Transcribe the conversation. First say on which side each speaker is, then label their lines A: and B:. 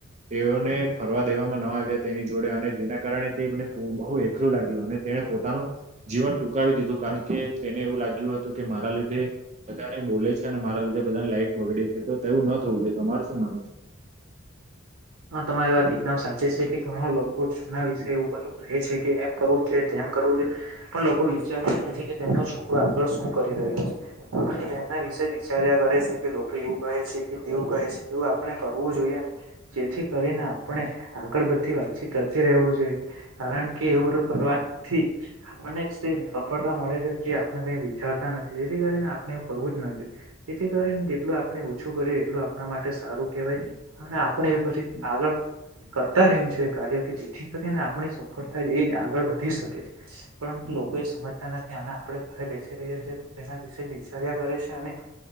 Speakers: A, on the right; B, on the right.
A: તેઓને ફ કરવા દેવામાં ન આવ્યા તેની જોડે અને જેના કારણે તેને બહુ એકલું લાગ્યું અને તેને પોતાનું જીવન ટૂંકાવી દીધું કારણ કે તેને એવું લાગ્યું હતું કે મારા લીધે બધાને બોલે છે અને મારા બધા લાઈફ બગડે છે તો તેવું ન થવું જોઈએ તમાર શું માનવું છે?
B: <inaudible> હ તમારી વાત એકદમ સાચે છે કે ઘણા લોકોના વિષે એવું રહે છે કે એમ કરવું જોઈએ તેમ કરવું જોઈ પણ લોકો વિચારતા જ નથી કે તેમનો છોકરો આગળ શું કરી રહ્યો હ છે? પરંતુ એના વિશે જ વિચાર્યા કરે છે કે લોકો એવું કહે છે કે
A: તમારી
B: તેવું કહે છે તેવું આપણે કર બુ જોઈએ ને. જેથી કરીને આપણે આગળ બધી વાતચીત કરતી રહેવું જોઈએ કારણ કે એવું બધું કરવા થી આપણે ને સફળતા મળે છે તે આપણે કઈ વિચારતા નથી જેથી કરીને આપણે એવું કરવું જેથી કરીને જેટલું આપણે ઓછું કરીએ એટલું આપણા માટે સારું કેહેવાય અને પણ એવી પછી આગળ કરતા રહ્યું છે કાર્ય કે જેથી કરીને આપણી સફળતા એ જ આગળ વધી શકે છે પરુ લોકો એ સમજતા નથી આપણે ઘરે બેસી રહ્યા છીએ તેના વિશે વિચાર્યા કરે છે અને